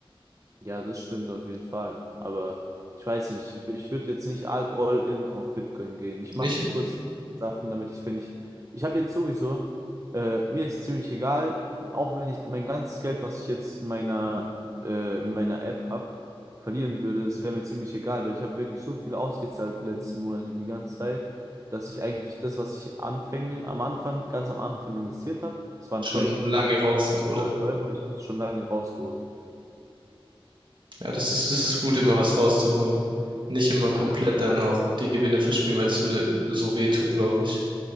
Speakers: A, on the right; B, on the right.
A: Ja, das stimmt auf jeden Fall. Aber ich weiß nicht, ich, ich würde jetzt nicht all, all in auf Bitcoin gehen. Ich
B: Nicht
A: mache so kurz Sachen, damit ich, wenn ich, ich habe jetzt sowieso, äh, mir ist ziemlich egal, auch wenn ich mein ganzes Geld, was ich jetzt in meiner, äh, in meiner App habe, verlieren würde, das wäre mir ziemlich egal, weil ich habe wirklich so viel ausgezahlt die letzten Monate, die ganze Zeit, dass ich eigentlich das, was ich anfänglich, am Anfang, ganz am Anfang investiert habe, es waren
B: schon
A: vielleicht
B: lange
A: 800.000
B: raus hat, oder?
A: Euro, ich habe es schon lange rausgeholt.
B: Ja, das ist, das ist gut, immer was rauszuholen. Nicht immer
A: Ja.
B: komplett dann auch die Gewinne verspielen, weil das würde so wehtun, glaube ich.